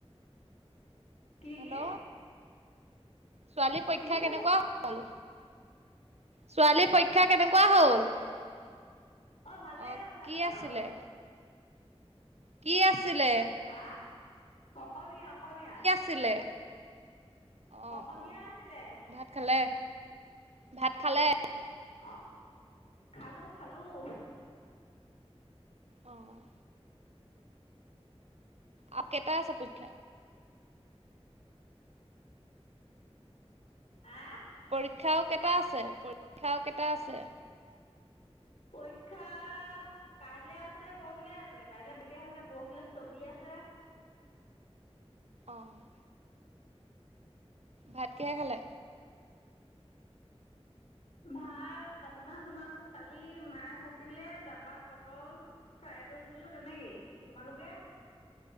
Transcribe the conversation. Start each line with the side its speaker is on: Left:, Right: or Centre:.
Left: কিৰ
Right: হেল্ল'
Left: গি?
Right: ছোৱালী পৰীক্ষা
Left: শুনিছো
Right: কেনেকুৱা
Left: মই
Right: হ'ল? ছোৱালীৰ পৰীক্ষা কেনেকুৱা হ'ল?
Left: ভালেই
Right: অ',
Left: হ'ল ভালেই
Right: কি আছিলে?
Left: হ'ল
Right: কি আছিলে?
Left: আ? অসমীয়া অসমীয়া।
Right: ছিলে। অ'
Left: অসমীয়া
Right: অ'।
Left: আছিলে
Right: ভাত খালে? ভাত খালে?
Left: অ', খালোঁ খালোঁ।
Right: অ'। আ কেটা আছে পৰীক্ষা?
Left: আ?
Right: পৰীক্ষা আও কেটা আছে? পৰীক্ষা আও কেটা আছে?
Left: পৰীক্ষা কাইলে আছে, পৰখিলে আছে। কাইলৈ <unintelligible> আছে, পৰখিলৈ ছবি আছে।
Right: অ'। ভাত কিহে খালে?
Left: ভাত, মাটিমাহ বনালোঁ‌। কালি মাছ আছিলে, তাৰ পা পটল ফ্ৰাই কৰি দিলোঁ তেনেকেই। তোমালোকে?